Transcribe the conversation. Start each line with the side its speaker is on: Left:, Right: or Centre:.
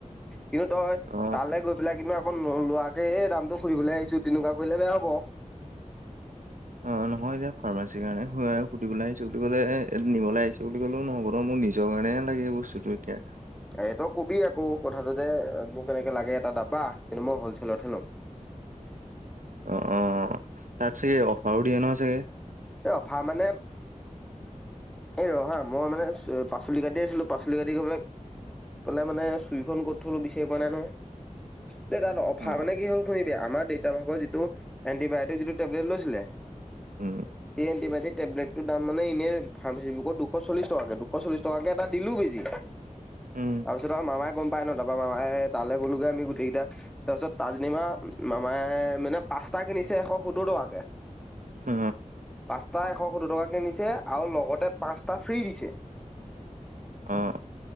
Centre: কিন্তু তই
Right: অ
Centre: তালৈ গৈ পেলাই কিন্তু আকৌ নোলোৱাকে এই দামটো সুধিবলৈ আহিছো তেনেকুৱা কৰিলে বেয়া হব।
Right: অ নহয় এতিয়া ফাৰ্মাচীৰ কাৰণে সুধিবলৈ আহিছো বুলি ক'লে নিবলৈ আহিছো বুলি ক'লেও নহ'ব ন মোৰ নি। নিজৰ কাৰণে হে লাগে বস্তুটো এতিয়া।
Centre: এটো কবি আকৌ কথাটো যে মোক এনেকে লাগে এটা দাবা কিন্তু মই হলচেলতহে ল'ম।
Right: অ অ তাত চাগে অফাৰো দিয়ে নহয় চাগে।
Centre: এই অফাৰ মানে। এই ৰহা মই মানে পাচলি কাটি আছিলো পাচলি কাটি। পালে মানে চুইখন ক'ত থলো বিচাৰি পোৱা নাই নহয়। এ তাত অফাৰ
Right: অ
Centre: মানে কি হ'ল একো নিদিয়ে আমাৰ দেউতা ভাগৰ যিটো। এণ্টিবায়টিক যিটো টেবলেট লৈছিলে
Right: উম
Centre: সেই এণ্টিবায়টিক টেবলেটটোৰ দাম মানে এনে। ফাৰ্মাচী দুশ চল্লিশ টাকাকে দুশ চল্লিছটকাকে এটা দিলোও কিনি।
Right: উম
Centre: তাৰপিছত আমাৰ মামাই গম পায় ন তাৰাপৰা মামাই তালৈ গ'লোগে আমি গোটেইকেইটা। তাৰপিছত তাজনিমা মাই মানে পাস্তা কিনিছে এশ সত্তৰ টকাকে।
Right: উ।
Centre: পাঁচটা এশ সত্তৰ টকাকৈ নিছে আৰু লগতে পাঁচটা ফ্ৰী দিছে।
Right: অঁ।